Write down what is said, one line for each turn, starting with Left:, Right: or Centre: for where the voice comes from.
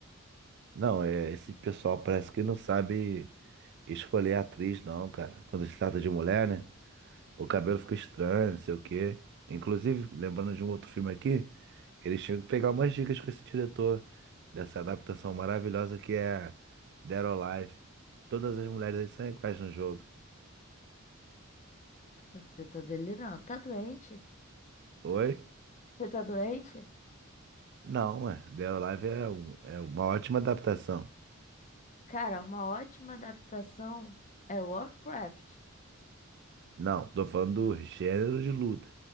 Right: Não, é, esse pessoal parece que não sabe escolher atriz, não, cara. Quando se trata de mulher, né? O cabelo fica estranho, não sei o quê. Inclusive, lembrando de um outro filme aqui, eles tinham que pegar umas dicas com esse diretor dessa adaptação maravilhosa que é Dead or Alive. Todas as mulheres aí são iguais no jogo.
Left: Você tá delirando. Tá doente?
Right: Oi?
Left: Você tá doente?
Right: Não, é. Dead or Alive é, um- é uma ótima adaptação.
Left: Cara, uma ótima adaptação é Warcraft.
Right: Não, tô falando do gênero de luta.